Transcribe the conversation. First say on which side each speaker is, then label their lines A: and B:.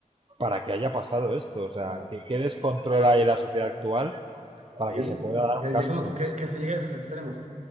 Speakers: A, on the right (about 40°); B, on the right (about 60°).
A: para que haya pasado esto. O sea,
B: claro.
A: ¿qué, qué descontrol hay en la sociedad actual
B: Sí,
A: para que se pueda dar
B: que
A: un caso
B: llegamos,
A: como
B: que,
A: este?
B: que se llegue a esos extremos.